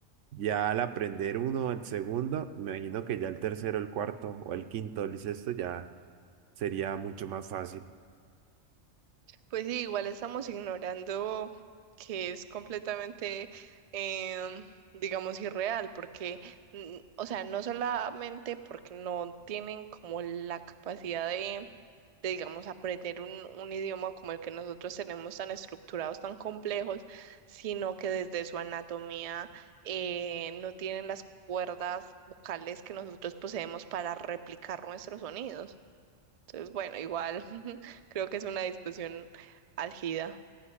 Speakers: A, on the right; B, on the right.
A: ya al aprender uno, el segundo, me imagino que ya el tercero, el cuarto o el quinto, el sexto ya sería mucho más fácil.
B: Pues sí, igual estamos ignorando que es completamente, em, digamos, irreal, porque, mm, o sea, no solamente porque no tienen como la capacidad de, de, digamos, aprender un, un idioma como el que nosotros tenemos tan estructurados, tan complejos, sino que desde su anatomía eh, no tienen las cuerdas vocales que nosotros poseemos para replicar nuestros sonidos. Entonces, bueno, igual <laughs> creo que es una discusión álgida.